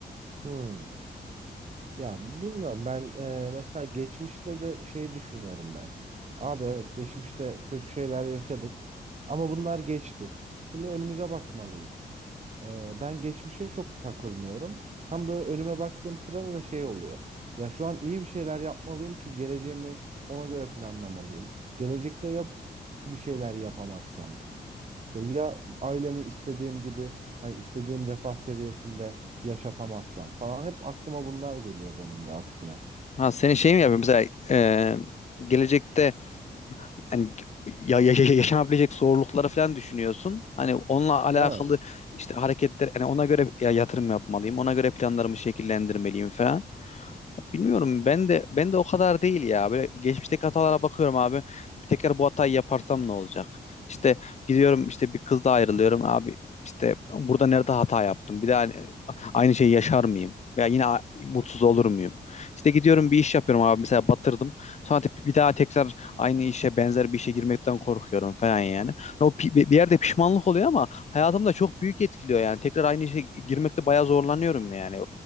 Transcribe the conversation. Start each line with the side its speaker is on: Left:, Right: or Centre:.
Right: Hmm. Ya bilmiyorum ben e, mesela geçmişte de şey düşünüyorum ben. Abi evet geçmişte kötü şeyler yaşadık ama bunlar geçti. Şimdi önümüze bakmalıyız. E, ben geçmişe çok takılmıyorum. Tam böyle önüme baktığım sırada da şey oluyor. Ya şu an iyi bir şeyler yapmalıyım ki geleceğimi ona göre planlamalıyım. Gelecekte yap bir şeyler yapamazsam. İşte ya ailemi istediğim gibi hani istediğim refah seviyesinde yaşatamazsam falan hep aklıma bunlar geliyor benim de aksine.
Left: Ha senin şey mi yapıyor mesela e, gelecekte yani ya, ya- ya- yaşanabilecek zorlukları falan düşünüyorsun. Hani onunla alakalı
Right: Evet.
Left: işte hareketler yani ona göre ya yatırım yapmalıyım. Ona göre planlarımı şekillendirmeliyim falan. Bilmiyorum ben de ben de o kadar değil ya. Böyle geçmişteki hatalara bakıyorum abi. Bir tekrar bu hatayı yaparsam ne olacak? İşte gidiyorum işte bir kızla ayrılıyorum abi. İşte burada nerede hata yaptım? Bir daha hani aynı şeyi yaşar mıyım? Veya yine a- mutsuz olur muyum? İşte gidiyorum bir iş yapıyorum abi mesela batırdım. Sonra te- bir daha tekrar aynı işe benzer bir işe girmekten korkuyorum falan yani. O pi- bir yerde pişmanlık oluyor ama hayatımda çok büyük etkiliyor yani. Tekrar aynı işe girmekte bayağı zorlanıyorum yani.